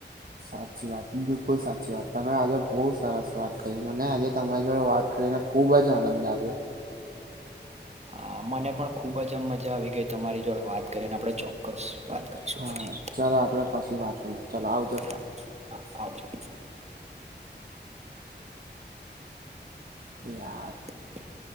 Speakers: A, on the right; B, on the right.
A: સાચી વાત બિલકુલ સાચી વાત તમે આજે બહુ સરસ વાત કરી મને આજે તમારી જોડે વાત કરીને ખુબ જ આનંદ આવ્યો.
B: હા મને પણ ખુબ જ આમ મજા આવી ગઈ તમારી જોડે વાત કરીને આપડે ચોક્કસ વાત કરીશું
A: હા
B: પછી
A: ચલો આપડે પછી વાત કરીશું ચાલો આવજો
B: હા હા આવજો
A: યાર
B: <inaudible>